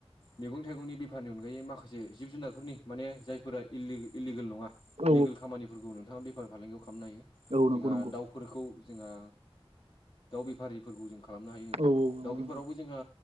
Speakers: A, on the left; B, on the right.
A: मैगं थाइगंनि बेफारनि अनगायै माखासे जिब जुनारफोरनि माने जायफोरा इलि इलिगेल नङा
B: औ
A: लिगेल खामानिफोरखौ नोंथाङा बेफार फालांगियाव खालामनो हायो
B: औ नंगौ
A: जोंहा
B: नंगौ
A: दाउ फोरखौ जोंहा दाउ बेफारिफोरखौ जों खालामनो हायो नोंथां
B: औ औ
A: दाउ
B: नंगौ
A: बेफारावबो
B: नंगौ औ
A: जोंहा